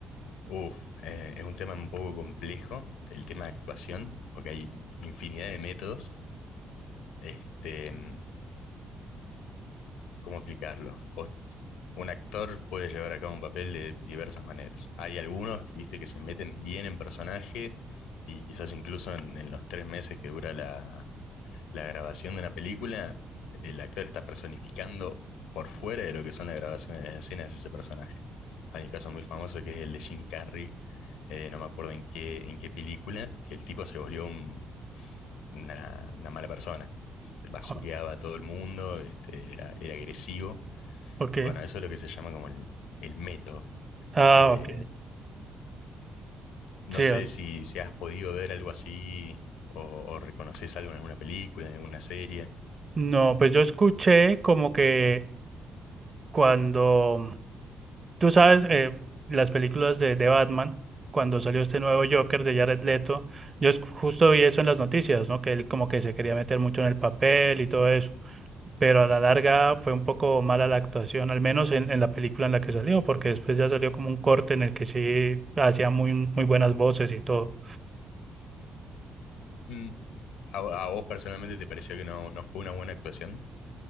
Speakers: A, on the left; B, on the right.
A: Uh, eh, es un tema un poco complejo, el tema de actuación, porque hay infinidad de métodos. Este, mm, ¿cómo explicarlo? Vos- un actor puede llevar a cabo un papel de diversas maneras. Hay algunos que, viste, que se meten bien en personaje y quizás incluso en, en los tres meses que dura la, la grabación de una película, el actor está personificando por fuera de lo que son la grabación de las escenas ese personaje. Hay un caso muy famoso que es el de Jim Carrey, eh, no me acuerdo en qué, en qué película, que el tipo se volvió un- una, una mala persona. Basureaba
B: Ah,
A: a todo el mundo, este, era, era agresivo,
B: Ok.
A: y bueno, eso es lo que se llama como el, el meto.
B: Ah,
A: Eh,
B: ok.
A: no
B: Sí,
A: sé
B: o-
A: si, si has podido ver algo así o, o reconoces algo en alguna película, en alguna serie.
B: no, pues yo escuché como que cuando Tú sabes, eh, las películas de, de Batman, cuando salió este nuevo Joker de Jared Leto, yo es- justo vi eso en las noticias, ¿no? Que él como que se quería meter mucho en el papel y todo eso, pero a la larga fue un poco mala la actuación, al menos en, en la película en la que salió, porque después ya salió como un corte en el que sí hacía muy, muy buenas voces y todo.
A: Ujú. ¿A, a vos personalmente te pareció que no, no fue una buena actuación?